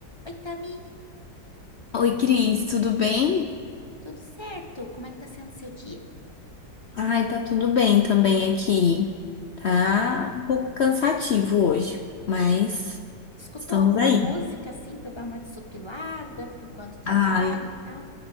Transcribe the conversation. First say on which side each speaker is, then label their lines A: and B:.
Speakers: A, on the left (about 15°); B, on the left (about 70°).
A: Oi, Tami,
B: Oi, Cris, tudo bem?
A: tudo certo? Como é que tá sendo seu dia?
B: Ai, tá tudo bem também aqui. Tá um pouco cansativo hoje, mas
A: Escutou
B: estamos
A: alguma
B: aí.
A: música assim para dar uma desopilada enquanto trabalha
B: Ai,
A: e tal?